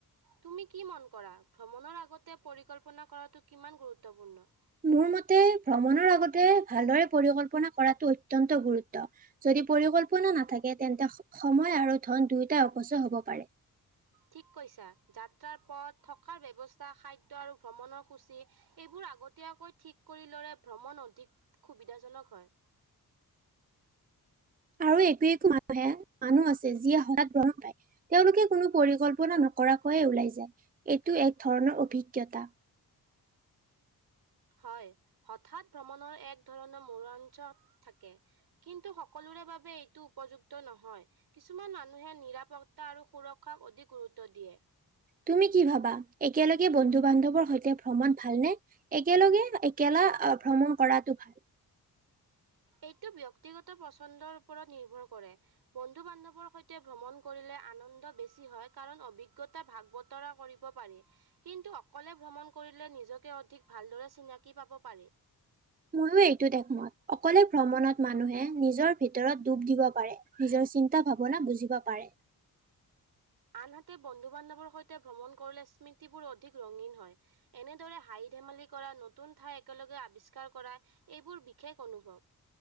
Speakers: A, on the right; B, on the right.
A: তুমি কি মন কৰা ভ্ৰমণৰ আগতে পৰিকল্পনা কৰাটো কিমান গুৰুত্বপূৰ্ণ।
B: মোৰ মতে ভ্ৰমণৰ আগতে ভালদৰে পৰিকল্পনা কৰাটো অত্যন্ত গুৰুত্ব। যদি পৰিকল্পনা নাথাকে তেন্তে সময় আৰু ধন দুয়োটাই অপচয় হব পাৰে।
A: ঠিক কৈছা যাত্ৰাৰ পথ থকাৰ ব্যৱস্থা খাদ্য আৰু ভ্ৰমণৰ সূচী। এইবোৰ আগতীয়াকৈ ঠিক কৰি ললে ভ্ৰমণ অধিক সুবিধাজনক হয়।
B: আৰু একো একো মানুহে মানুহ আছে যি এ সময়ত গম পাই। তেওঁলোকে কোনো পৰিকল্পনা নকৰাকৈয়ে ওলাই যায় এইটো এক ধৰণৰ অভিজ্ঞতা।
A: হয় হঠাৎ ভ্ৰমণৰ এক ধৰণৰ মনোৰঞ্জ থাকে। কিন্তু সকলোৰে বাবে এইটো উপযুক্ত নহয়। কিছুমান মানুহে নিৰাপত্তা আৰু সুৰক্ষাক অধিক গুৰুত্ব দিয়ে।
B: তুমি কি ভাবা একেলগে বন্ধু-বান্ধৱৰ সৈতে ভ্ৰমণ ভালনে? একেলগে একেলা অ, ভ্ৰমণ কৰাটো ভাল।
A: এইটো ব্যক্তিগত পচন্দৰ ওপৰত নিৰ্ভৰ কৰে। বন্ধু-বান্ধৱৰ সৈতে ভ্ৰমন কৰিলে আনন্দ বেছি হয় কাৰণ অভিজ্ঞতা ভাগ বত বতৰা কৰিব পাৰি। কিন্তু অকলে ভ্ৰমণ কৰিলে নিজকে অধিক ভালদৰে চিনাকি পাব পাৰি।
B: ময়ো এইটোত একমত অকলে ভ্ৰমণত মানুহে নিজৰ ভিতৰত ডুব দিব পাৰে। নিজৰ চিন্তা ভাৱনা বুজিব পাৰে।
A: আনহাতে বন্ধু-বান্ধৱৰ সৈতে ভ্ৰমণ কৰিলে স্মৃতিবোৰ অধিক ৰঙীন হয়। এনেদৰে হাঁহি ধেমালি কৰা নতুন ঠাই একেলগে আৱিষ্কাৰ কৰা এইবোৰ বিশেষ অনুভৱ।